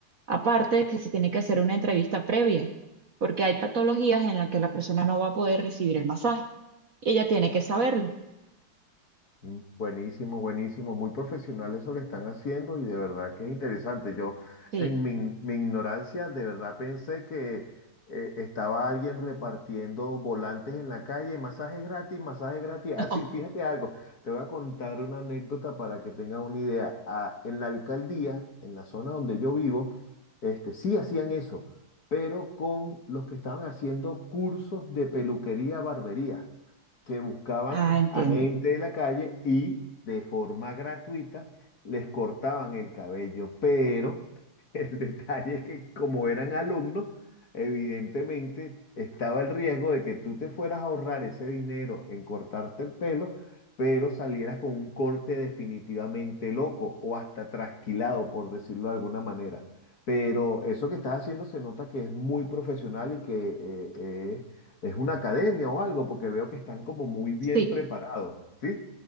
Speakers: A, on the right; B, on the left.
A: Aparte de que se tiene que hacer una entrevista previa, porque hay patologías en las que la persona no va a poder recibir el masaje y ella tiene que saberlo.
B: Mm, Buenísimo, buenísimo, muy profesional eso que están haciendo y de verdad que es interesante. Yo
A: Sí,
B: en mi, in- mi ignorancia de verdad pensé que eh, estaba alguien repartiendo volantes en la calle, masajes gratis, masajes gratis.
A: <laughs> no.
B: Así, fíjate algo, te voy a contar una anécdota para que tengas una idea. Ah, en la alcaldía, en la zona donde yo vivo, este, sí hacían eso, pero con los que estaban haciendo cursos de peluquería, barbería que buscaban
A: Ah, entiendo.
B: a gente de la calle y de forma gratuita les cortaban el cabello. Pero el <laughs> detalle es que como eran alumnos, evidentemente estaba el riesgo de que tú te fueras a ahorrar ese dinero en cortarte el pelo, pero salieras con un corte definitivamente loco o hasta trasquilado, por decirlo de alguna manera. Pero eso que estás haciendo se nota que es muy profesional y que eh, eh, ¿Es una academia o algo? Porque veo que están como muy bien
A: Sí.
B: preparados, ¿sí?